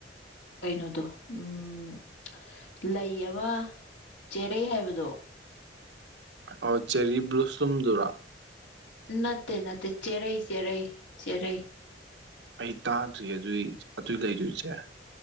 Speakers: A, on the left; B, on the right.
A: ꯀꯩꯅꯣꯗꯣ ꯎꯝ ꯂꯩ ꯑꯃ ꯆꯦꯔꯩ ꯍꯥꯏꯕꯗꯣ
B: ꯑꯣ ꯆꯦꯔꯤ ꯕ꯭ꯂꯨꯁꯇꯨꯗꯨꯔꯥ
A: ꯅꯠꯇꯦ ꯅꯠꯇꯦ ꯆꯦꯔꯩ ꯆꯦꯔꯩ ꯆꯦꯔꯩ
B: ꯑꯩ ꯇꯥꯗ꯭ꯔꯤ ꯑꯗꯨꯏ ꯑꯗꯨꯏ ꯂꯩꯗꯣꯏꯁꯦ